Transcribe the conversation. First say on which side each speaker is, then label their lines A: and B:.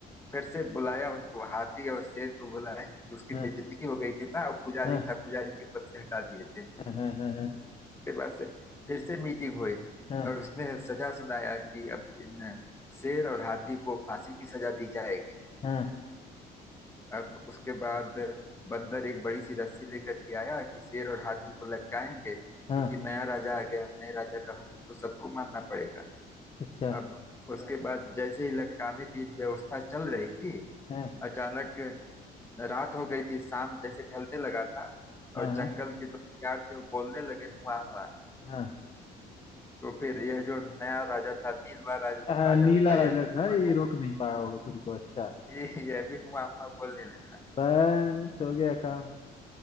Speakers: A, on the left (about 15°); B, on the left (about 35°).
A: फिर से बुलाया उनको हाथी और शेर को बुलाया क्योंकि उसकी
B: हाँ
A: बेइज्जती हो गई थी ना पुजारी
B: हाँ
A: था पुजारी के पद से हटा दिए थे
B: हाँ हाँ हाँ हाँ
A: उसके बाद से फिर से मीटिंग हुई
B: हाँ
A: और उसने सजा सुनाया कि अब इन शेर और हाथी को फांसी की सजा दी जाएगी
B: हाँ,
A: अब उसके बाद बंदर एक बड़ी सी रस्सी लेकर के आया कि शेर और हाथी को लटकाएंगे क्योंकि
B: हाँ,
A: नया राजा आ गया नए राजा का हुक्म तो सबको मानना पड़ेगा
B: अच्छा
A: अब उसके हाँ बाद जैसे ही लटकाने की व्यवस्था चल रही थी
B: हाँ
A: अचानक रात हो गई थी शाम जैसे ढलने लगा था
B: हाँ
A: और जंगल के जो हथियार थे वो बोलने लगे हुआ हुआ
B: हाँ
A: तो फिर यह जो नया राजा था नीलवा राज,
B: हाँ,
A: राजा
B: नीला
A: था
B: राजा
A: यह भी हुआ
B: था ये
A: हुआ
B: रोक नहीं पाया होगा खुद को अच्छा
A: ये- यह भी हुआ हुआ बोलने लगा
B: बस हो गया काम